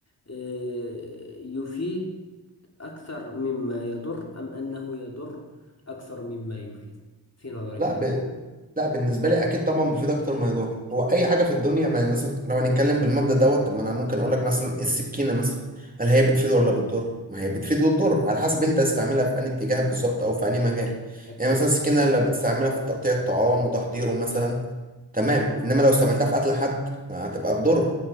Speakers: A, on the left; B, on the right.
A: آه، يفيد أكثر مما يضر أم أنه يضر أكثر مما يفيد في نظرك
B: لا
A: أنت؟
B: ب... لا بالنسبه لي اكيد طبعا بيفيد اكتر ما يضر هو اي حاجه في الدنيا ما مثلا لو هنتكلم بالمبدا دوت طب ما انا ممكن اقول لك مثلا إيه السكينه مثلا هل هي بتفيد ولا بتضر ما هي بتفيد وتضر على حسب انت تستعملها في انهي اتجاه بالظبط او في انهي مجال
A: أكيد
B: يعني مثلا السكينه اللي بتستعملها في تقطيع الطعام وتحضيره مثلا تمام انما لو استعملتها في قتل حد ما هتبقى تضر